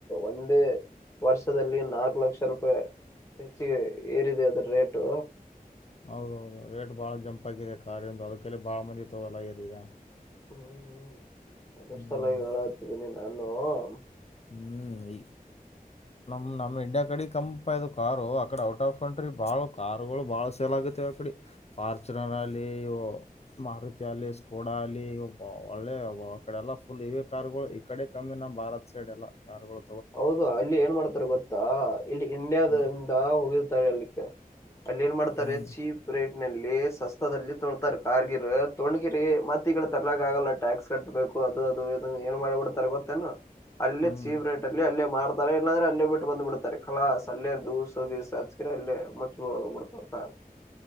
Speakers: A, on the left (about 20°); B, on the left (about 45°).
A: ಒಂದೇ ವರ್ಷದಲ್ಲಿ ನಾಲ್ಕು ಲಕ್ಷ ರೂಪಾಯಿ. ಹೆಚ್ಚಿಗೆ ಏರಿದೆ ಅದ್ರ ರೇಟು.
B: ಹೌದೌದು ರೇಟ್ ಬಾಳ ಜಂಪ್ ಆಗಿದೆ ಕಾರಿಂದು ಅದಕ್ಕೆಲ್ಲಿ ಬಾಳ ಮಂದಿ ತಗೋಲ್ಲ ಆಗಿದೆ ಈಗ
A: ಹ್ಮ್ ಹ್ಮ್ ಅದ್ರ
B: ಹ್ಮ್
A: ಸಲವು ಹೇಳತಿದ್ದೀನಿ ನಾನು ಹ್ಮ್
B: ಹ್ಮ್ ಈ ನಮ್ ನಮ್ ಇಂಡಿಯಾ ಕಡೆ ಕಪ ಇ ಕಾರು ಅಕಡೆ ಔಟ್ ಆಫ್ ಕಂಟ್ರಿ ಬಾಳ ಕಾರುಗಳು ಬಾಳ ಸೇಲ್ ಆಗುತ್ತಿವ ಅಕಡೆ ಫಾರ್ಚುನರ್ ಅಲ್ಲಿ ಇ ಮಾರುತಿ ಅಲ್ಲಿ ಸ್ಕೋಡ ಅಲ್ಲಿ ಒಳ್ಳೆ ಅಡೆಲ್ಲ ಫುಲ್ ಇವೇ ಕಾರ್ಗಳು ಈ ಕಡೆ ಕಮ್ಮಿ ನಮ್ ಭಾರತ್ ಸೈಡ್ ಎಲ್ಲ ಕಾರ್ಗಳು.
A: ಹೌದು ಅಲ್ಲಿ ಏನ್ ಮಾಡ್ತಾರೆ ಗೊತ್ತಾ ಇಲ್ಲಿ ಇಂಡಿಯಾದಿಂದ
B: ಹ್ಮ್
A: ಹೋಗಿರ್ತಾರೆ ಅಲ್ಲಿ. <unintelligible> ಅಲ್ಲಿ ಏನ್ ಮಾಡ್ತಾರೆ
B: ಹ್ಮ್
A: ಚೀಪ್ ರೇಟ್. ನಲ್ಲಿ ಸಸ್ತದಲ್ಲಿ ತೊಕೋತಾರೆ ಕಾರ್ಗಿರ್ ತೊಣ್ಗಿರಿ ಮತ್ತ ಈ ಕಡೆ ತರ್ಲಕ್ಕ ಆಗಲ್ಲ ಟ್ಯಾಕ್ಸ್ ಕಟ್ಬೇಕು ಅದು ಅದು ಏನ್ ಮಾಡಬಿಡ್ತಾರೆ ಗೊತ್ತೇನು ಅಲ್ಲೇ
B: ಹ್ಮ್
A: ಚೀವ್ ರೇಟ್. ಅಲ್ಲೇ ಮಾಡ್ತಾರೆ ಇಲ್ಲಂದ್ರೆ ಅಲ್ಲೇ ಬಿಟ್ಟು ಬಂದ್ ಬಿಡ್ತಾರೆ ಕಳಾಸ್ ಅಲ್ಲೆ ದೂಸ ಗೀಸ ಹಚ್ಕ್ರೆ ಅಲ್ಲೇ ಮುಚ್ಚ ಬಿಡ್ತಾವ ಕಾರು.